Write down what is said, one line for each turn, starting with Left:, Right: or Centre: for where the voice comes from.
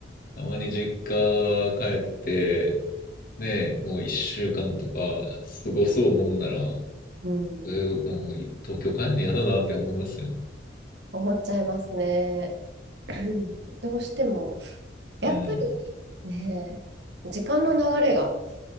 Left: たまに実家帰って、ね、もう一週間とか過ごそうもんなら、
Right: うん、
Left: えーもう東京帰るの嫌だなって思いますよね
Right: 思っちゃいますね。<clears throat> どうしても、やっぱりね、
Left: うん。
Right: 時間の流れが、